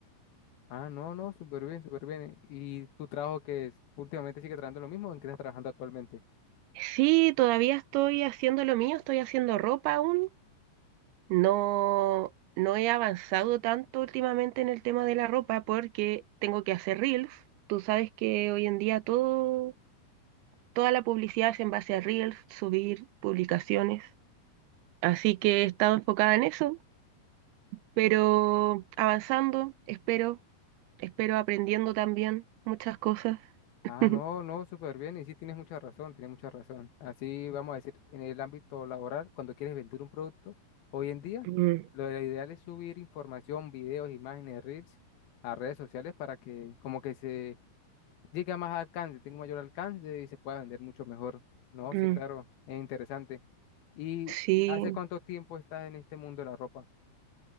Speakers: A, on the left; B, on the right.
A: Ah, no, no, súper bien, súper bien. ¿Y tu trabajo que es? Últimamente sigue trabajando lo mismo o en qué estás trabajando actualmente?
B: Sí, todavía estoy haciendo lo mío, estoy haciendo ropa aún. No, no he avanzado tanto últimamente en el tema de la ropa porque tengo que hacer reels. Tú sabes que hoy en día todo toda la publicidad es en base a Reels, subir publicaciones. Así que he estado enfocada en eso, pero avanzando, espero, espero aprendiendo también muchas cosas. <laughs>
A: Ah, no, no, súper bien. Y sí, tienes mucha razón, tienes mucha razón. Así vamos a decir, en el ámbito laboral, cuando quieres vender un producto, hoy en día,
B: Mm,
A: lo ideal es subir información, videos, imágenes, reels a redes sociales para que como que se llegue a más alcance, tenga un mayor alcance y se pueda vender mucho mejor. No,
B: mm,
A: sí, claro, es interesante. ¿Y
B: Sí,
A: hace cuánto tiempo estás en este mundo de la ropa?